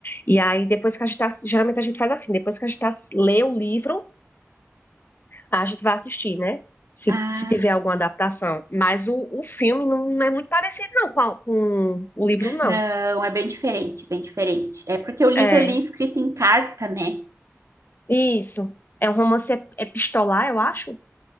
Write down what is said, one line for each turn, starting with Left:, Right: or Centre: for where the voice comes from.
Left: E aí, depois que a gente tá, geralmente a gente faz assim, depois que a gente tá, lê o livro. A gente vai assistir, né? Se,
Right: Ah,
Left: se tiver alguma adaptação. Mas o, o filme não é muito parecido, não, com, a- com o livro, não.
Right: não, é bem diferente, bem diferente. É porque o livro
Left: É,
Right: ele é escrito em carta, né?
Left: isso. É um romance ep- epistolar, eu acho.